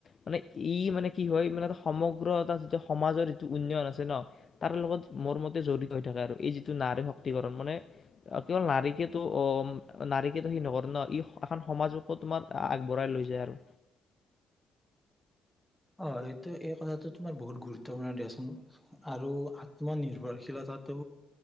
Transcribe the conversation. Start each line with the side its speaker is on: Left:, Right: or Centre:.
Left: মানে ই মানে কি হয় মানে সমগ্ৰ এটা যিটো সমাজৰ উন্নয়ন আছে ন তাৰ লগত মোৰ মতে জড়িত হৈ থাকে আৰু এই যিটো নাৰী শক্তিকৰণ মানে কেৱল নাৰীকেতো অ নাৰীকেতো সেই নকৰে ন ই এখন সমাজকো তোমাৰ আগবঢ়াই লৈ যায় আৰু
Centre: অ এইটো এই কথাটো তোমাৰ বহুত গুৰুত্বপূৰ্ণ দিয়াচোন আৰু আত্মনিৰ্ভৰশীলতাটো